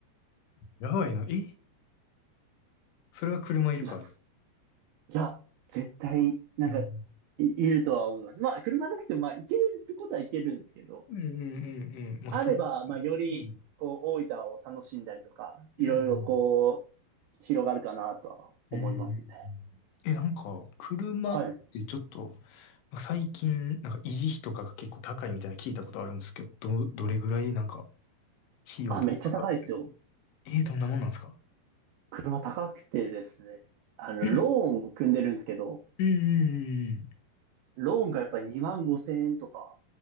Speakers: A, on the left; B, on the right.
A: やばいな。えそれは車いるか。
B: いや、すいや、絶対、なんか、
A: うん。
B: い、いるとは思います。まあ、車なくても、まあ、行けることは行けるんですけど、
A: うんうんうんうん。まあ、
B: あれば、
A: そうっすね。
B: まあ、より、
A: うん。
B: こう、大分を楽しんだりとか、
A: うんうん
B: いろいろこう、広がるかなとは思いますね。
A: うん。え、なんか、車ってちょっと、
B: はい。
A: 最近、なんか維持費とかが結構高いみたいなの聞いたことあるんですけど、ど、どれぐらいなんか、費用とかかかったり。
B: あ、めっちゃ高いですよ。
A: えー、どんなもんなんですか
B: 車高くてですね。あの、
A: うん
B: ローン組んでるんですけど、
A: うんうんうん。
B: ローンがやっぱり2万5千円とか、